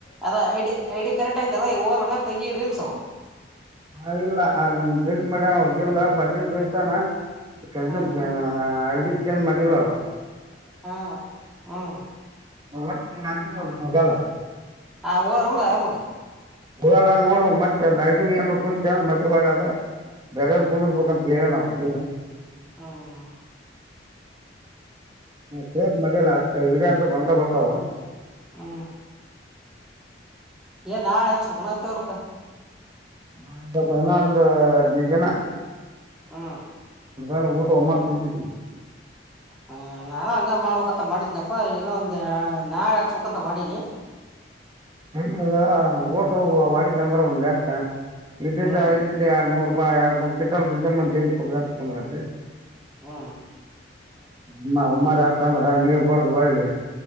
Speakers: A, in the centre; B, on the right (about 25°).
A: ಅದ ಐಡಿ ಐ ಡಿ ಕರೆಕ್ಟ್ ಆಯ್ತಲ್ಲ ಹೋಗಲ್ಲ ಅಲ ತಂಗಿ ರೀಲ್್ಸ ಅವು
B: ಹಾ ಇಲ್ಲ ಡಿಲೀಟ್ ಮಾಡಲೇ ಅವ್ದಿಲ್ಲ ಪಲ್ಲಿ ಐ್ತಾನ ಕ
A: ಹಾಂ
B: ಅಡಿ ಚ ಮಡಿಲ್ಲವಾ
A: ಹಾ ಹ್ಮ
B: ಒಟ್ಟ ನೀ ನಾಕಿದ್ರೇನ ತೋಗಲ್ಲ
A: ಹ ಹಊಲ್ಲಮಗೆ
B: ಹಡಲ್ಲಾ ನೋಡ ಮತ್ತ ಅದ ಅಡ್ಡಿ ಏ ಕುಂತಾ ಮಜದ ಬೇರಾರ ಕೋ ಸಖಾನ ತರ ನ ಬುದಿಲ್ಲ
A: ಹ್ಮ್ ಹ್ಮ್ ಹ್ಮ್
B: ಕೇಟ್ ಮಲ್ಲ ಇಡ ಅಂತ ಬಂದೇ ಬರ್ತಾವ
A: ಹ್ಮ್ ಏ ನಾಳ ಹ ಚುಬೇಕೇನು ಹತ್ತಿ ಒಲ್ಕ
B: ನಾ ಬನಾ ಒಂದು ಹದಿನೈದು ದಿನ
A: ಹ್ಞೂ
B: ಅಲ್ಲ ಊಟ ಅಮ್ಮ ಕುಡು
A: ಹ್ಮ ನಾನ ಹಂಗ ಮಾಡ್ಬೇಕಂತ ಮಾಡಿದನಪ್ಪ ಇಏನೊ ಒಂದ್ ನಾಳೆ ಹಚ್ಬೇಕಂತ ಮಾಡೀನಿ
B: ಹ <inaudible> ಓಟ ಹೋಗುವ ವಾ ಚಂದ್ರ ಒಂದ್ ಲೆಕ್ಕ ಇದ್ದಿದ್ದ
A: ಹ್ಮ್
B: ಆಐ್ ಎರಡ್ ಮೂರು ಎರಡು ಮೂರು ಗಂಟಲ್ ಬಿಡಮ್ಮ ಹ ಹೇಳಿ ಕೊಟ್ಟ ಅಂತಕಂದಲ್ಲಿ
A: ಹ್ಮ
B: ನಿಮ್ಮ ಉಮ್ಮಾರಿ ಆತ ಅಂದ್ರೆ ನೀರ್ ಬಡ್ದ ಒಳ್ಳಿ